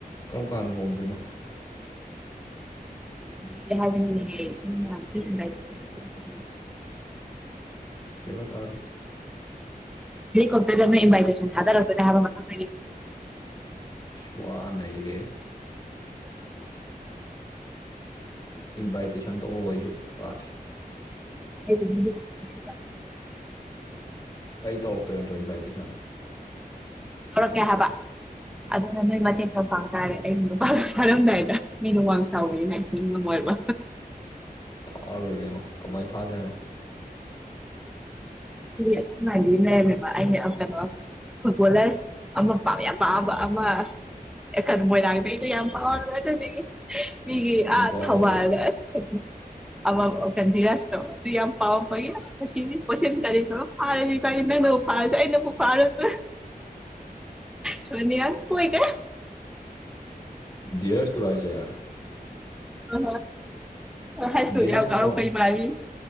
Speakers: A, on the left (about 25°); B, in the centre.
A: ꯀꯔꯝ ꯀꯥꯟꯗ ꯂꯨꯍꯣꯡꯗꯣꯏꯅꯣ
B: <unintelligible>
A: ꯀꯦꯕ ꯇꯥꯗꯦ
B: ꯍꯦꯂꯤꯀꯣꯞꯇꯔ ꯗꯒꯤ ꯑꯃ ꯏꯟꯚꯥꯏꯇꯦꯁꯟ ꯊꯥꯗꯔꯛꯇꯣꯏꯅꯦ ꯍꯥꯏꯕ ꯃꯊꯛꯇꯒꯤ
A: ꯁ꯭ꯋꯥ ꯅꯩꯔꯦꯍꯦ ꯏꯟꯚꯥꯏꯇꯦꯁꯟ ꯇꯧꯔꯛ ꯑꯣ ꯑꯩꯁꯨ ꯂꯥꯛꯀꯦ
B: <unintelligible>
A: ꯑꯩ ꯇꯧꯔꯛꯇꯣꯏ ꯅꯠꯗ꯭ꯔꯣ ꯏꯟꯚꯥꯏꯇꯦꯁꯟ
B: ꯇꯧꯔꯛꯀꯦ ꯍꯥꯏꯕ ꯑꯗꯨꯅ ꯅꯣꯏ ꯃꯇꯦꯡ ꯈꯔ ꯄꯥꯡ ꯇꯥꯔꯦ ꯑꯩ ꯅꯨꯄꯥꯁꯨ ꯆꯥꯔꯝꯗꯥꯏꯗ ꯃꯤꯗꯨ ꯋꯥꯡ ꯆꯥꯎꯕꯅꯤꯅ ꯑꯩ ꯌꯥꯝ ꯅꯨꯡꯉꯥꯏꯕ
A: ꯐꯥꯔ ꯂꯣꯏꯔꯦ ꯀꯩꯅꯣ ꯀꯃꯥꯏꯅ ꯐꯥꯖꯦ ꯍꯥꯏꯅꯣ
B: <unintelligible> ꯑꯈꯣꯏ ꯃꯥꯒꯤ ꯑꯃ ꯂꯩꯔꯝꯃꯦꯕ ꯑꯩꯅ ꯑꯥ ꯀꯩꯅꯣ ꯐꯨꯠꯕꯣꯂꯔ ꯑꯃ ꯄꯥꯝ ꯌꯥꯝ ꯄꯥꯝꯕ ꯑꯃ ꯑꯦꯀꯥ ꯃꯣꯏꯔꯥꯡ ꯗꯩꯗꯣ ꯌꯥꯝ ꯄꯥꯝꯃꯦꯕ <unintelligible> ꯃꯤꯒꯤ ꯑ
A: ꯅꯨꯄꯥꯔꯣ
B: ꯊꯧꯕꯥꯜꯗ
A: ꯍꯥꯏꯁꯦ
B: ꯑꯁ ꯈꯥꯪꯗꯦ ꯑ ꯀꯟꯗꯤꯔꯁꯇꯣ ꯑꯗꯨ ꯌꯥꯝ ꯄꯥꯝꯕꯩ <unintelligible> ꯐꯥꯔꯁꯤ ꯀꯩꯅꯣ ꯅꯪꯅꯕꯨ ꯐꯥꯔꯁꯨꯦ ꯑꯩꯅꯕꯨ ꯐꯥꯔꯁꯨ ꯁꯣꯅꯤꯌꯥ ꯀꯣꯏꯗꯦ
A: ꯙꯤꯔꯖ ꯇꯨꯔꯣ ꯍꯥꯏꯁꯦ
B: ꯑ ꯍꯣꯏ ꯍꯥꯏ ꯁ꯭ꯀꯨꯜꯗ
A: ꯗꯤꯔꯁꯇꯣ
B: ꯌꯥꯝ ꯉꯥꯎꯔꯛꯄ
A: ꯄꯥꯎ
B: <unintelligible>